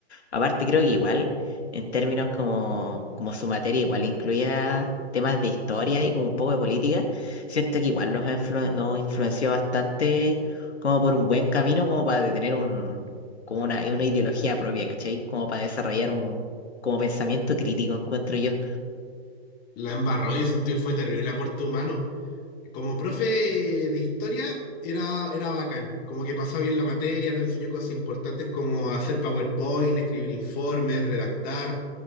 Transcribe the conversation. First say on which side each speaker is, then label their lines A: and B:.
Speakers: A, on the left; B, on the left.
A: Aparte, creo que igual, en términos como, como su materia, igual incluía temas de historia y como un poco de política, siento que igual nos, influ- nos influenció bastante como por un buen camino, como para tener un, como una, una ideología propia, ¿cachai? Como para desarrollar un como pensamiento crítico, encuentro yo.
B: La embarró, yo siento que fue terrible aporte humano. Como profe de historia, era, era bacán. Como que pasó bien la materia, nos enseñó cosas importantes como hacer PowerPoint, escribir informes, redactar,